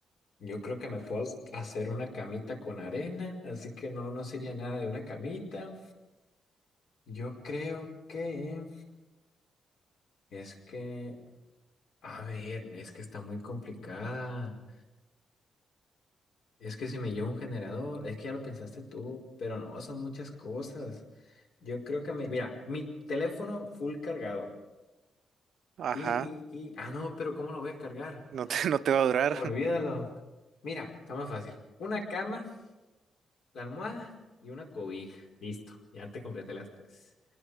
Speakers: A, on the left (about 70°); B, on the right (about 65°).
A: yo creo que me puedo hacer una camita con arena, así que no, no sería nada de una camita. Yo creo que es que, a ver, es que está muy complicada. Es que si me llevo un generador, es que ya lo pensaste tú, pero no, son muchas cosas. Yo creo que me, mira, mi teléfono full cargado.
B: ajá,
A: Y, y, y, ah, no, pero ¿cómo lo voy a cargar?
B: no te, <laughs> no te va
A: O-
B: a durar.
A: Olvídalo. Mira, está más fácil. Una cama. La almohada y una cobija. Listo, ya te completé las tres.